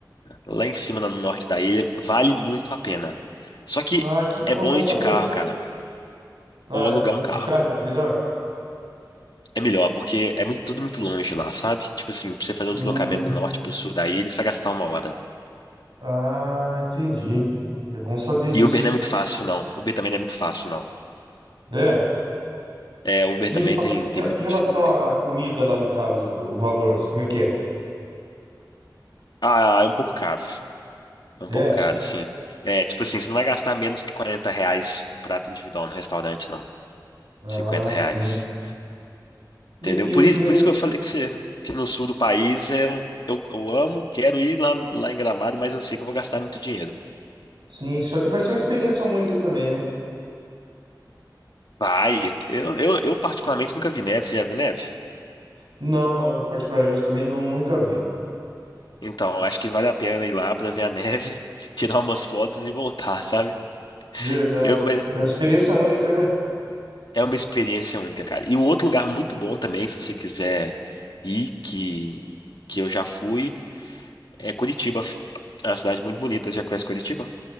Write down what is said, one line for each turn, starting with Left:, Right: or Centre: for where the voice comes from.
Left: lá em cima, no norte da ilha, vale muito a pena. Só que
Right: Ah, que bom,
Left: é bom
Right: bom
Left: ir
Right: saber.
Left: de carro, cara,
Right: Ah,
Left: ou alugar
Right: bo-
Left: um carro.
Right: de carro é melhor?
Left: É melhor, porque é muito- tudo muito longe lá, sabe? Tipo assim, pra você fazer
Right: Hum,
Left: um deslocamento do norte pro sul da ilha, você vai gastar uma hora.
Right: ah, entendi. É bom saber disso.
Left: E Uber não é muito fácil, não. Uber também não é muito fácil, não.
Right: É.
Left: É, Uber
Right: Em,
Left: também
Right: rela-
Left: tem,
Right: em rela-
Left: tem muita
Right: em relação
Left: dificuldade.
Right: à comida lá, no caso, o o valores, como é que é?
Left: Ah, é um pouco caro. É um
Right: É.
Left: pouco caro, sim. É, tipo assim, você não vai gastar menos que 40 reais um prato individual no restaurante, não.
Right: Ah,
Left: 50 reais.
Right: sim. E,
Left: Entendeu? Por,
Right: e-
Left: i-
Right: e-
Left: por isso que eu falei que você, que no sul do país eu, eu, eu amo, quero ir lá, lá em Gramado, mas eu sei que eu vou gastar muito dinheiro.
Right: sim, só que vai ser uma experiência única também, né?
Left: Vai, eu, eu, eu particularmente nunca vi neve, você já viu neve?
Right: Não, não, particularmente também nu- nunca vi.
Left: Então, eu acho que vale a pena ir lá pra ver a neve, <laughs> tirar umas fotos e voltar, sabe?
Right: Verdade.
Left: Eu, mas
Right: É uma experiência única, né?
Left: é uma experiência única, cara. E um outro lugar muito bom também, se você quiser ir, que, que eu já fui, é Curitiba. É uma cidade muito bonita, já conhece Curitiba?